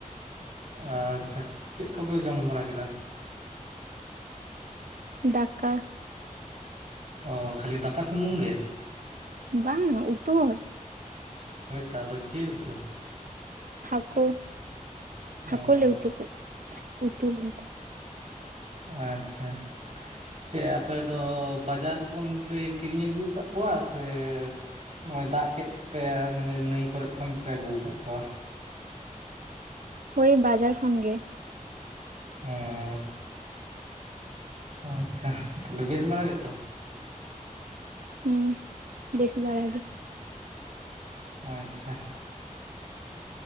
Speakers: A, on the right; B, on the right.
A: ᱟᱪᱪᱷᱟ, ᱪᱮᱫ ᱠᱚᱯᱮ ᱡᱚᱢ ᱵᱟᱲᱟ ᱠᱮᱫᱟ?
B: ᱫᱟᱠᱟ,
A: ᱚ ᱠᱷᱟᱹᱞᱤ ᱫᱟᱠᱟ ᱥᱩᱢᱩᱝ ᱜᱮ?
B: ᱵᱟᱝ ᱩᱛᱩ ᱦᱚᱸ᱾
A: ᱦᱳᱭ ᱛᱚ ᱟᱫᱚ ᱪᱮᱫ ᱩᱛᱩ
B: ᱦᱟᱠᱩ,
A: ᱚᱸ
B: ᱦᱟᱠᱩ ᱞᱮ ᱩᱛᱩ ᱠᱮᱫ, ᱩᱛᱩ ᱞᱮᱫᱟ᱾
A: ᱟᱪᱪᱷᱟ ᱪᱮᱫ ᱟᱯᱮ ᱫᱚ ᱵᱟᱡᱟᱨ ᱠᱷᱚᱱ ᱯᱮ ᱠᱤᱨᱤᱧ ᱟᱹᱜᱩ ᱟᱠᱟᱫ ᱠᱚᱣᱟ ᱥᱮ ᱱᱚᱜᱼᱚᱭ ᱫᱟᱜ ᱠᱮᱫ ᱛᱮ ᱱᱟᱹᱭ ᱠᱚᱨᱮ ᱠᱷᱚᱱ ᱯᱮ ᱟᱹᱜᱩ ᱟᱠᱟᱫ ᱠᱚᱣᱟ᱾
B: ᱦᱳᱭ ᱵᱟᱡᱟᱨ ᱠᱷᱚᱱ ᱜᱮ᱾
A: ᱦᱮᱸ ᱚ ᱟᱪᱪᱷᱟ ᱛᱟᱦᱚᱞᱮ ᱵᱮᱹᱥ ᱵᱟᱲᱟ ᱜᱮᱛᱚ ᱾
B: ᱦᱩᱸ ᱵᱮᱹᱥ ᱵᱟᱲᱟ ᱜᱮ ᱾
A: ᱟᱪᱪᱷᱟ ᱾